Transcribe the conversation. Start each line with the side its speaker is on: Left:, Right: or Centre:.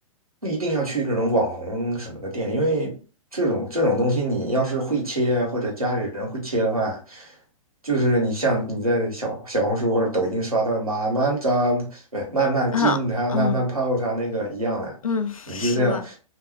Right: 不一定要去这种网红什么的店，因为这种这种东西，你要是会切啊或者家里人会切的话，就是你像你在小小红书或者抖音刷到慢慢炸，不是慢慢浸它，
Left: <laughs> 嗯嗯
Right: 慢慢泡它那个一样的，
Left: 嗯，
Right: 你就这样，
Left: 是的。